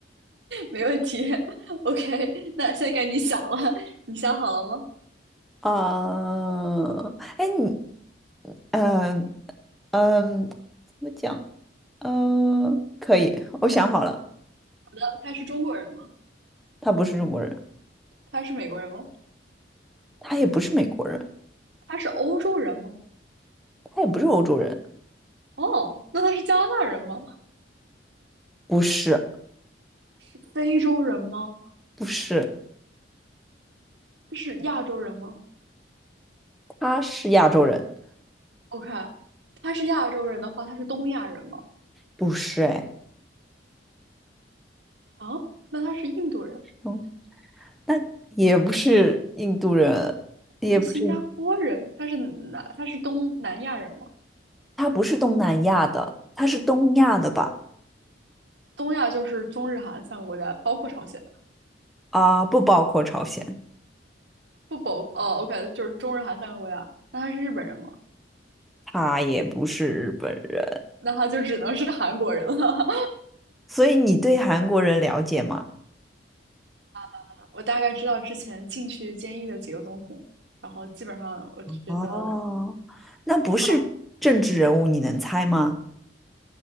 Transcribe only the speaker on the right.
没问题，OK，那现在该你想了，你想好了吗？
好的，他是中国人吗？
他是美国人吗？
他是欧洲人吗？
哦，那他是加拿大人吗？
是非洲人吗？
他是亚洲人吗？
OK，他是亚洲人的话，他是东亚人吗？
啊，那他是印度人，
他是新加坡人，他是南，他是东南亚人吗？
东亚就是中日韩三个国家，包括朝鲜，
不包，哦，OK，就是中日韩三个国家。那他是日本人吗？
那他就只能是韩国人了。
<laughs> 我大概知道之前进去监狱的几个总统，然后基本上我觉得
差不。